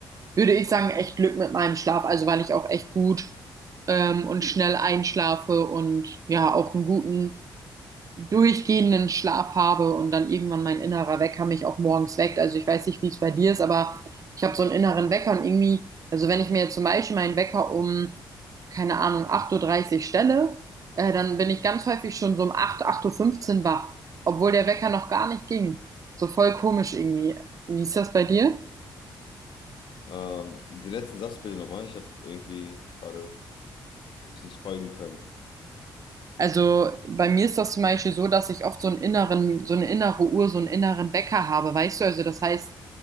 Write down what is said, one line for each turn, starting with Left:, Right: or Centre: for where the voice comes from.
Right: würde ich sagen, echt Glück mit meinem Schlaf, also weil ich auch echt gut ähm, und schnell einschlafe und ja, auch einen guten durchgehenden Schlaf habe und dann irgendwann mein innerer Wecker mich auch morgens weckt. Also ich weiß nicht, wie es bei dir ist, aber ich habe so einen inneren Wecker und irgendwie, also wenn ich mir jetzt zum Beispiel meinen Wecker um, keine Ahnung, 8.30 Uhr dreißig stelle, äh, dann bin ich ganz häufig schon so um 8, 8.15 Uhr fünfzehn wach, obwohl der Wecker noch gar nicht ging. So voll komisch irgendwie. Wie ist das bei dir?
Left: Ähm, den letzten Satz bitte nochmal. Ich habe irgendwie gerade es nicht folgen können.
Right: Also bei mir ist das zum Beispiel so, dass ich oft so einen inneren, so eine innere Uhr, so einen inneren Wecker habe, weißt du? Also das heißt,